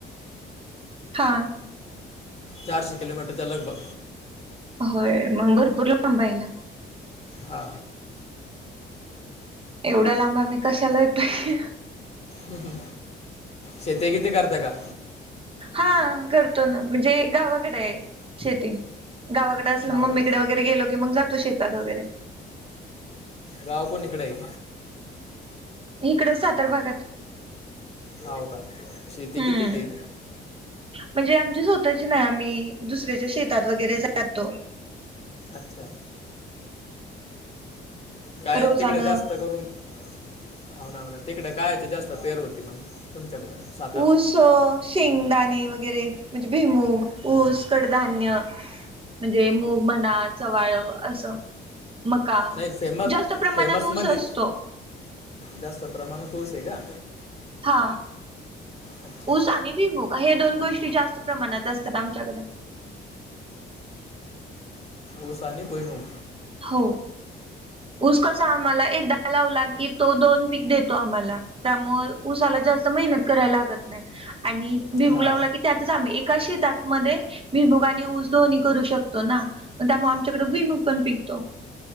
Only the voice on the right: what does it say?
हा
होय मग भरपूर लांब आहे ना.
एवढ्या लांब आम्ही कशाला येतोय.
हा करतो ना. म्हणजे गावाकडे आहे शेती. गावाकडें असलं
मम्मीकडे
वगैरे गेलो की मग जातो शेतात वगैरे.
इकड सातार भागात.
हम्म
म्हणजे आमच्या स्वतःची नाही. आम्ही दुसऱ्याच्या शेतात वगैरे जातो.
रोजानं
ऊस, शेंगदाणे वगैरे म्हणजे भुईमुंग, ऊस, कडधान्य म्हणजे मूग म्हणा चवाळ असं मका
जास्त प्रमाणात
ऊस असतो.
हा
ऊस आणि भिईमुंग हे दोन गोष्टी जास्त प्रमाणात असतात आमच्याकडे.
हो ऊस कसा आम्हाला एकदा लावला की तो दोन. पीक देतो आम्हाला त्यामुळे उसाला जास्त मेहनत करा लागत नाही आणि. भिमू
लावला की त्यातच आम्ही एका शेतातमध्ये भिमूगा आणि ऊस दोन्ही करू शकतो. त्यामुळे आमच्याकडे भुईमग पण पिकतो.